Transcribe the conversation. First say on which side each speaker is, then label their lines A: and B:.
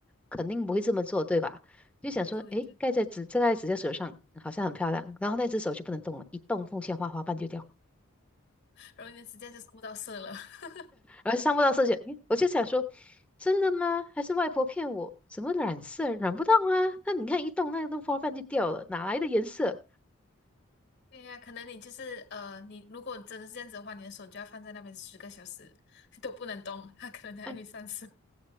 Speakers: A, in the centre; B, on the left.
A: 肯定不会这么做，对吧？就想说，
B: 对对，
A: 诶，盖在指盖在指甲手上，好像很漂亮。然后那只手就不能动了，一动凤仙花花瓣就掉。
B: 然后你的指甲就收不到色了。<laughs>
A: 而上不到色线，诶我就想说，真的吗？还是外婆骗我？怎么染色染不到啊？那你看一动，那个花瓣就掉了，哪来的颜色？
B: 对呀、可能你就是呃，你如果真的是这样子的话，你的手就要放在那边十个小时都不能动，它可能还会上色。
A: 啊